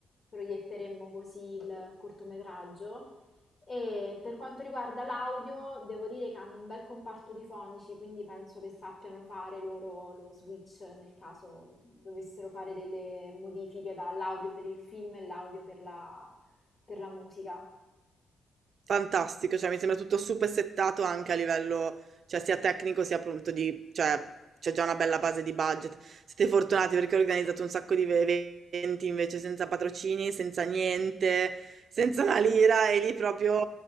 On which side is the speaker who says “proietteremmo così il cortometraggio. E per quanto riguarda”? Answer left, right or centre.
Left